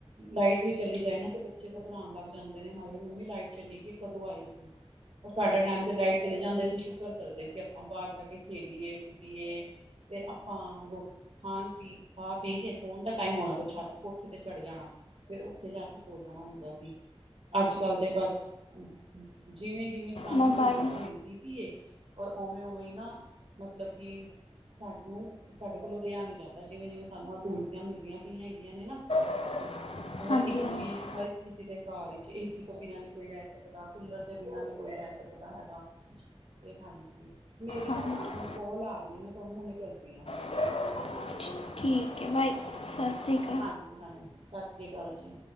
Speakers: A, on the right; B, on the left.
A: ਲਾਈਟ ਵੀ ਚਲੀ ਜਾਏ ਨਾ ਤੇ ਬੱਚੇ ਕ ਰਾਣ ਜਾਂਦੇ ਨੇ ਹਾਏ ਮੰਮੀ ਚਲੀਗੀ ਕਦੋਂ ਆਏਗੀ। ਔਰ ਸਾਡੇ ਟਾਈਮ ਤੇ ਲਾਈਟ ਚਲੇ ਜਾਂਦੀ ਸੀ ਸ਼ੁਕਰ ਕਰਦੇ ਸੀ ਆਪਾਂ ਬਾਰ ਜਾ ਕੇ ਖੇਲੀਏ ਕੁਦੀਏ। ਫੇਰ ਆਪਾਂ ਰੋ ਖਾਣ ਪੀ, ਖਾ ਪੀ ਕੇ ਸੋਣ ਦਾ ਟਾਈਮ ਆਉਣਾ ਤੇ ਛੱਤ ਕੋਠੇ ਤੇ ਚੜ ਜਾਣਾ। ਫੇਰ ਉੱਥੇ ਜਾ ਕੇ ਸੋ ਜਾਣਾ ਹੁੰਦਾ ਰੀ, ਅੱਜ-ਕੱਲ ਤੇ ਬਸ, ਜਿਵੇਂ-ਜਿਵੇਂ ਸਾਨੂੰ
B: ਮੋਬਾਈਲ
A: ਸਹੂਲੀਅਤ ਮਿਲ ਦੀ ਪੀਏ, ਔਰ ਓਂਵੇਂ- ਓਂਵੇਂ ਈ ਨਾ ਮਤਲਬ ਕੀ ਸਾਨੂੰ, ਸਾਡੇ ਕੋਲੋਂ ਰੇਆ ਨੀ ਜਾਂਦਾ ਜਿਵੇਂ-ਜਿਵੇਂ ਸਾਨੂੰ ਅਸੂਲਤਾਂ ਮਿਲਦੀਆਂ ਪਈਆਂ ਹੈਗੀਆਂ ਨੇ ਨਾ
B: <inaudible>
A: ਹਰ ਇਕ
B: ਹਾਂਜੀ
A: ਚੀਜ਼ ਕਿਸੀ ਦੇ ਘਰ ਏਚ ਏਸੀ ਤੋਂ ਬਿਨਾਂ ਨੀ ਕੋਈ ਰੈ ਸਕਦਾ ਕੂਲਰ ਦੇ ਬਿਨਾਂ ਨੀ ਕੋਈ ਰੈ ਸਕਦਾ ਹੈਗਾ। ਓਕੇ ਹਾਂਜੀ, ਮੇਰੀ
B: ਹਾਂਜੀ
A: ਨਾ ਕੋਲ ਆ ਰਈ ਆ ਮੈਂ ਤਾਨੂੰ ਹੁਣੇ ਕਰਦੀ ਆਂ।
B: <inaudible> ਠੀਕ ਏ ਬਾਈ ਸਸਰੀ ਕਾਲ।
A: ਹਾਂਜੀ-ਹਾਂਜੀ, ਸਾਸਰੀ ਕਾਲ ਜੀ।